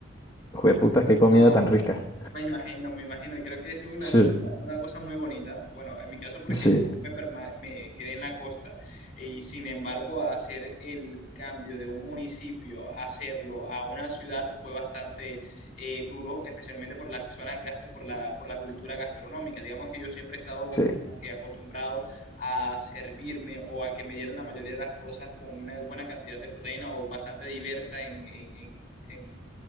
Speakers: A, on the left; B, on the left.
A: jueputa, qué comida
B: no.
A: tan rica.
B: Me imagino, me imagino, y creo que eso es una,
A: Sí,
B: también una cosa muy bonita. Bueno, en mi caso, porque
A: sí,
B: yo me, perma- me quedé en la costa, eh, y sin embargo, hacer el cambio de un municipio, hacerlo a una ciudad fue bastante eh, duro, especialmente por las zonas, gas- por la, por la cultura gastronómica. Digamos que yo siempre he estado
A: sí,
B: como que acostumbrado a servirme o a que me dieran la mayoría de las cosas con una buena cantidad de proteína o bastante diversa en, en en- en-